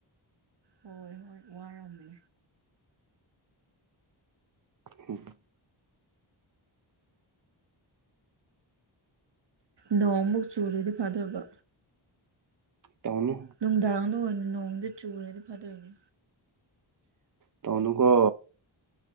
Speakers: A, on the right (about 55°); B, on the right (about 40°).
A: ꯍꯣꯏ ꯍꯣꯏ ꯋꯥꯔꯝꯅꯤ
B: ꯍꯝ
A: ꯅꯣꯡꯃꯨꯛ ꯆꯨꯔꯗꯤ ꯐꯗꯧꯕ
B: ꯇꯧꯅꯤ
A: ꯅꯨꯡꯗꯥꯡꯗꯣ ꯅꯣꯡꯗꯤ ꯆꯨꯔꯗꯤ ꯐꯗꯣꯏꯅꯦ
B: ꯇꯧꯅꯨꯀꯣ